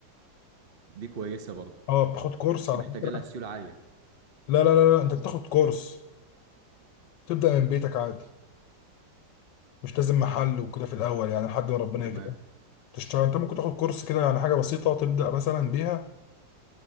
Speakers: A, on the right; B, on the left.
A: دي كويسه برضه
B: اه بتاخد كورس
A: بس
B: على
A: محتاجه
B: فكرة
A: لها سيوله عاليه
B: لا لا لا لا انت بتاخد كورس تبدأ من بيتك عادي مش لازم محل وكده في الأول يعني لحد ما ربنا
A: تمام
B: يكرمك تشتغل انت ممكن تاخد كورس كده يعني حاجة بسيطة تبدأ مثلا بيها